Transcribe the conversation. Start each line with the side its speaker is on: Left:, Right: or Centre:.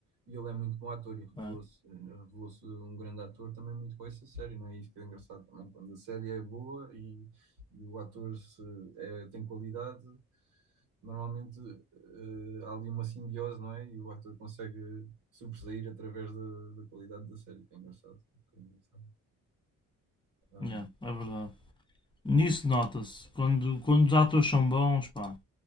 Right: E ele é muito bom ator e revelou-se
Left: Pá,
Right: revelou um grande ator também muito com essa série, não é? Isso que é engraçado também, quando a série é boa e, e o ator se, é- tem qualidade, normalmente eh, há ali uma simbiose, não é? E o ator consegue sobressair através da, da qualidade da série, que é engraçado. que é engraçado. Ah,
Left: yeah, é verdade. Nisso nota-se, quando, quando os atores são bons, pá,